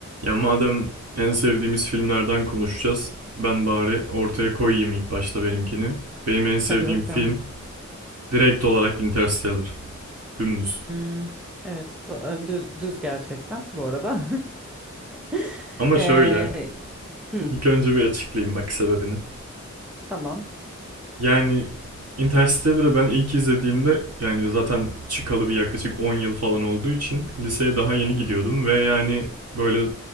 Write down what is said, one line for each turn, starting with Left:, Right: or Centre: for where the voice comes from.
Right: Ya madem en sevdiğimiz filmlerden konuşacağız, ben bari ortaya koyayım ilk başta benimkini. Benim en sevdiğim
Centre: Hadi bakalım.
Right: film direkt olarak Interstellar. Dümdüz.
Centre: Hmm, Evet, bu- e, düz düz gerçekten bu arada. <laughs>
Right: Ama şöyle,
Centre: Ee, hı,
Right: ilk önce bir açıklayayım bak sebebini.
Centre: tamam.
Right: Yani Interstellar'ı ben ilk izlediğimde yani zaten çıkalı bir yaklaşık 10 yıl falan olduğu için liseye daha yeni
Centre: Evet.
Right: gidiyordum ve yani böyle